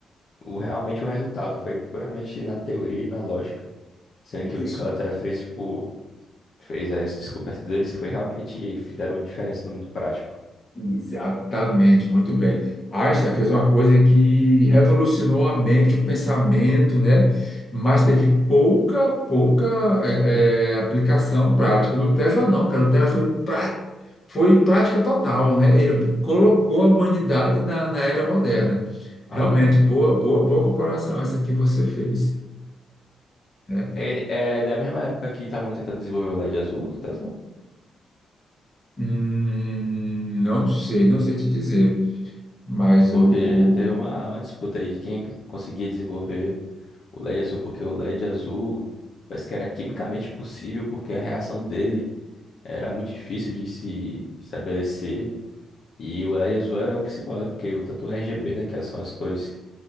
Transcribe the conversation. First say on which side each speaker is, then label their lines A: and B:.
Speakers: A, on the left; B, on the left.
A: o, realmente o resultado. Foi puramente na teoria e na lógica. Sendo
B: Isso.
A: que o Nikola Tesla fez, tipo, fez as descobertas deles e foi realmente fizeram diferença no mundo prático.
B: Exatamente, muito bem. Einstein fez uma coisa que revolucionou a mente, o pensamento, né? Mas teve pouca, pouca eh, eh, aplicação prática. No Tesla, não, cara. O Tesla foi, pra, foi prática total, né? Ele colocou a humanidade na, na era moderna.
A: Ah.
B: Realmente, boa, boa, boa comparação essa que você fez. né?
A: É, é da mesma época que estavam tentando desenvolver o LED azul do Tesla,
B: Hum, não sei, não sei te dizer, mas
A: porque
B: o,
A: teve
B: o,
A: uma, uma disputa aí de quem que conseguia desenvolver. O LED azul, porque o LED azul parece que era quimicamente possível, porque a reação dele era muito difícil de se estabelecer. E o LED azul é o principal, né? Porque o, tanto o RGB, né, que são as cores,